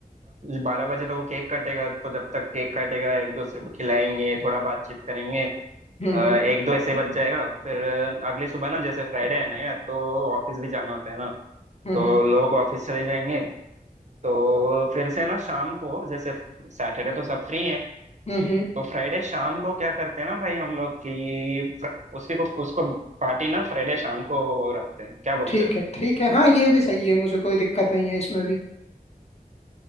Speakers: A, on the right; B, on the left.
A: बारह बजे तो वो केक काटेगा तो जब तक केक काटेगा एक दूसरे को खिलाएंगे थोड़ा बातचीत करेंगे
B: हम्म
A: अ, एक दो ऐसे बच जाएगा फिर अगली सुबह ना जैसे फ्राइडे है ना यार तो ऑफिस भी जाना होता है ना
B: हम्म
A: तो
B: हम्म हम्म
A: लोग ऑफिस चले जाएंगे तो फिर से ना शाम को जैसे सैटरडे तो सब फ्री हैं
B: हम्म, हम्म।
A: तो फ्राइडे शाम को क्या करते हैं ना भाई हम लोग की फ्र- उसकी को उसको पार्टी ना फ्राइडे शाम को रखते हैं क्या बोलते
B: ठीक
A: हो
B: है ठीक है हाँ ये भी सही है मुझे कोई दिक्कत नहीं है इसमें भी